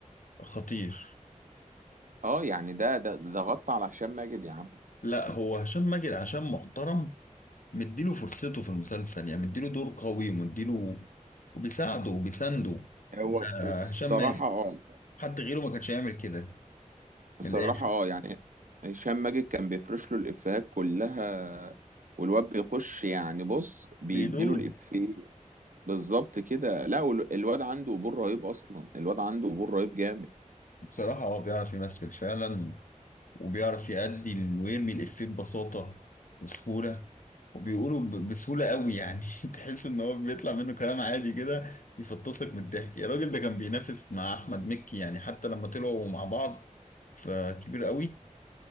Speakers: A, on the left; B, on the right.
A: خطير
B: اه يعني ده ده ده غطى على هشام ماجد يا عم
A: لا هو هشام ماجد عشان محترم مديله فرصته في المسلسل يعني مديله دور قوي ومديله وبيساعده وبيسانده
B: هو
A: آه،
B: الصراحة
A: هشام ماجد
B: اه
A: حد غيره ما كانش هيعمل كده
B: الصراحة
A: من الاخر
B: اه يعني هشام ماجد كان بيفرش له الإفيهات كلها والواد بيخش يعني بص بيديله
A: بيدوس
B: الإفيه بالظبط كده لا وال- الواد عنده قبول رهيب أصلا الواد عنده قبول رهيب جامد
A: بصراحة هو بيعرف يمثل فعلا وبيعرف يأدي ال- ويرمي الإفيه ببساطة وسهولة وبيقوله ب- بسهولة قوي يعني <laughs> تحس إن هو بيطلع منه كلام عادي كده يفطسك من الضحك يا راجل ده كان بينافس مع أحمد مكي يعني حتى لما طلعوا مع بعض فكبير قوي